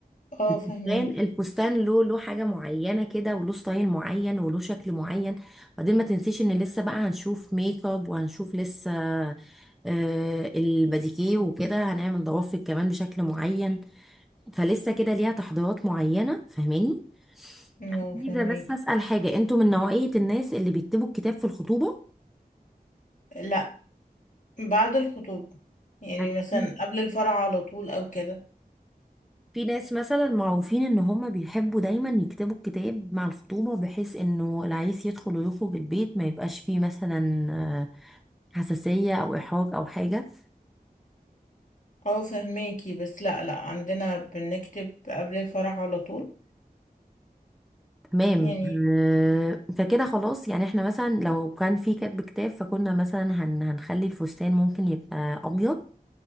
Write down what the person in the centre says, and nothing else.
الفستان الفستان له له حاجة معينة كده وله ستايل معين وله شكل معين وبعدين ما تنسيش ان لسه بقى هنشوف ميك اب وهنشوف لسه آه، الباديكيه وكده هنعمل ضوافر كمان بشكل معين فلسه كده ليها تحضيرات معينة فاهماني
عايزة
بس أسأل حاجة انتوا من نوعية الناس اللي بيكتبوا الكتاب في الخطوبة
يعني
في ناس مثلا معروفين ان هم بيحبوا دايما يكتبوا الكتاب مع الخطوبة بحيث انه العريس يدخل ويخرج البيت ما يبقاش فيه مثلا آه، حساسية او احراج او حاجة
تمام
آه، فكده خلاص يعني احنا مثلا لو كان في كاتب كتاب فكنا مثلا هن هنخلي الفستان ممكن يبقى ابيض